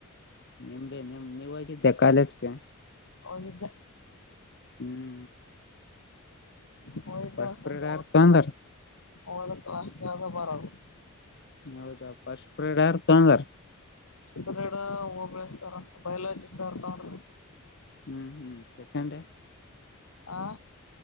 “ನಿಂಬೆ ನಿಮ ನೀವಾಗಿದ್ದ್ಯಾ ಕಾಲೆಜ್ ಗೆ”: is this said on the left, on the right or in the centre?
Left